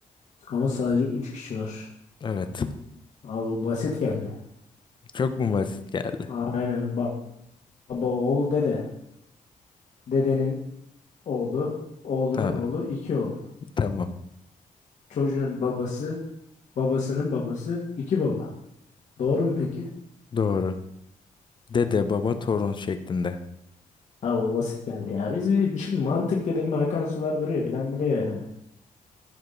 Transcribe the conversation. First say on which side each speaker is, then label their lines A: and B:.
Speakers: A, on the left; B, on the left.
A: Ama sadece üç kişi var.
B: Evet.
A: Abi bu basit geldi.
B: Çok mu basit geldi?
A: Aynen. Ba- Baba, oğul, dede. Dedenin oğlu, oğlunun
B: Ha,
A: oğlu iki oğul.
B: tamam.
A: Çocuğun babası, babasının babası iki baba. Doğru mu peki?
B: Doğru. Dede, baba, torun şeklinde.
A: Ha o basit geldi ya. Biz biz- şimdi mantık dedim mi akan sular duruyor bilen biliyor yani.